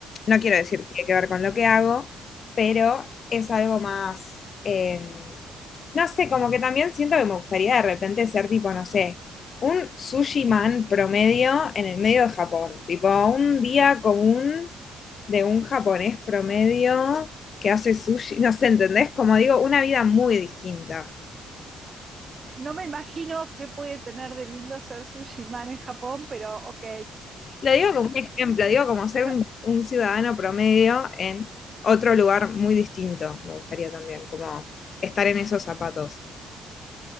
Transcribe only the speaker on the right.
no me imagino qué puede tener de lindo ser sushi man en Japón, pero ok.
<laughs>